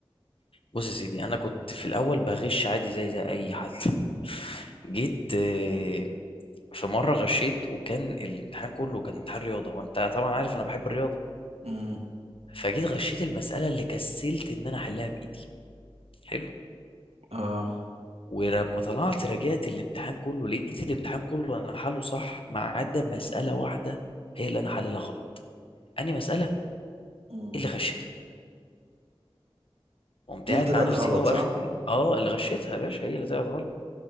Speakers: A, on the left; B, on the right.
A: بص يا سيدي انا كنت في الاول بغش عادي زي زي اي حد <laughs> جيت آه، في مره غشيت وكان الامتحان كله كان امتحان رياضه وانت طبعا عارف انا بحب الرياضه
B: مم.
A: فجيت غشيت المساله اللي كسلت ان انا احلها بايدي حلو
B: اه
A: ولما طلعت راجعت الامتحان كله لقيت الامتحان كله انا حله صح ما عدا مساله واحده هي اللي انا حللها غلط اني مساله
B: مم.
A: اللي غشيتها قمت
B: دي
A: قاعد
B: اللي طلعت
A: مع نفسي
B: غلط
A: بقى واخد
B: صح
A: اه اللي غشيتها يا باشا هي اللي طلعت غلط